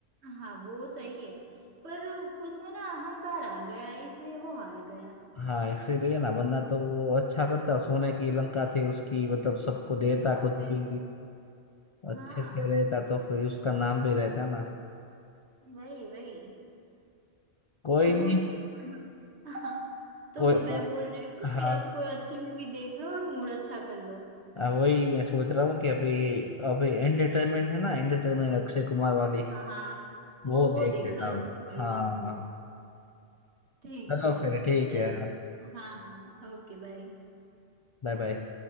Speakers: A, on the right; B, on the left.
A: हाँ वो सही है पर उसमें ना अहंकार आ गया इसलिए वो हार गया
B: हाँ इसीलिए ना वरना तो वो अच्छा करता सोने की लंका थी उसकी मतलब सबको देता
A: तो
B: कुछ
A: फिर
B: भी
A: हाँ
B: अच्छे से रहता तो फिर उसका नाम भी रहता ना
A: वही वही
B: कोई
A: तो
B: नहीं
A: <laughs> हाँ तो
B: कोई
A: मैं बोल रही हूँ
B: हाँ
A: कि अब कोई अच्छी मूवी देख लो और मूड अच्छा कर लो
B: हाँ, वही मैं सोच रहा हूँ कि अभी अभी एंटरटेनमेंट है ना एंटरटेनमेंट अक्षय कुमार वाली
A: हाँ हाँ
B: वो
A: वो वो
B: देख
A: देख
B: लेता
A: लो
B: हूँ
A: अच्छा लगेगा
B: हाँ
A: ठीक
B: चलो
A: है
B: फिर ठीक
A: चलो
B: है
A: हाँ हाँ ओके बाय
B: Bye bye